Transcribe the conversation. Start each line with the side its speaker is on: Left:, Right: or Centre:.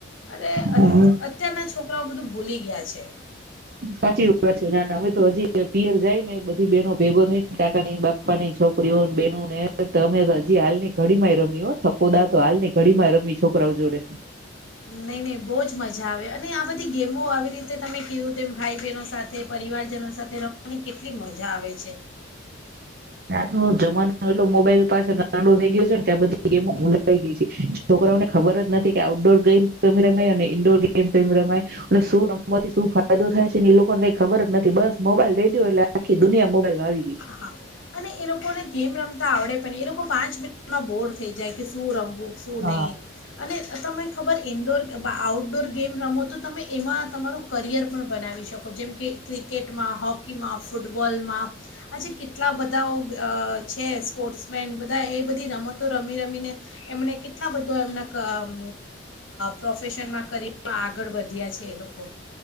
Left: અને
Right: હા
Left: અત્યારના છોક કરા બધું ભૂલી ગીયા છે.
Right: સાચી વાત છે ના ના અમે તો હજી પિયર જાય નેતો બેનો ભેગો થઈ ને કાકા ની બાપા ની છોકરીઓને બેનો ને તમે હજી હાલ ની ઘડીમાંય રમી હો થપ્પો દા તો હાલની ઘડીમાં રમી છોકરાઓ જોડે.
Left: નહીં નહીં બો જ મજા આવે અને આ બધી ગેમો આવી રીતે તમે કીધું તેમ ભાઈ બહેનો સાથે પરિવારજનો સાથે રમવાની કેટલી મજા આવે છે.
Right: આજનો જમાનો એટલો મોબાઈલ પાછળ ગાડો થઈ ગયો છેને આ બધી ગેમો ભૂલાઈ ગઈ છે છોકરાને ખબર જ નથી કે આઉટડોર ગેમ રમાય ઈડોર ગેમ કેમ રમાય અને શું રમવાથી શું ફાયદો થાય છે ને એ લોકોને કઈ ખબર જ નથી બસ મોબાઈલ દઈ દો એટલે આખી દુનિયા મોબાઈલમાં આવી ગઈ.
Left: હા અને એ લોકોને ગેમ રમતા આવડે પણ એ લોકો પાંચ મિનિટમાં બોર થઈ જાય કે શું રમભું શું
Right: હા
Left: નહીં અને તમે ખબર ઇન્ડોર આઉટડોર ગેમ રમો તો તમે એમાં તમારું કરિયર પણ બનાવી શકો જેમ કે ક્રિકેટમાં હોકીમાં ફૂટબોલમાં આજે કે ટલા બધાઓ અ છે સ્પોર્ટ્સમેન બધા એ બધી રમ તો રમી રમીને એમણે કે ટલા બધા એમના અમ પ્રોફેશનમાં કરયરમાં આગળ વધ્યા છે એ લોકો.